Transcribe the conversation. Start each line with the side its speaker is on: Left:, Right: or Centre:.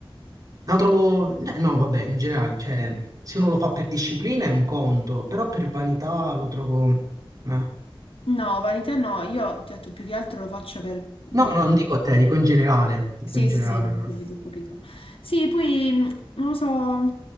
Right: la trovo, eh, no, vabbè, in generale, cioè, se uno lo fa per disciplina è un conto, però per vanità lo trovo... eh.
Left: No, vanità no, io ti ho detto più che altro lo faccio per... per-
Right: No, no, non dico a te, dico in generale. Dico
Left: Sì,
Right: in generale,
Left: sì, sì, non
Right: proprio.
Left: ho capito, ho capito. Sì, poi, mh, non lo so,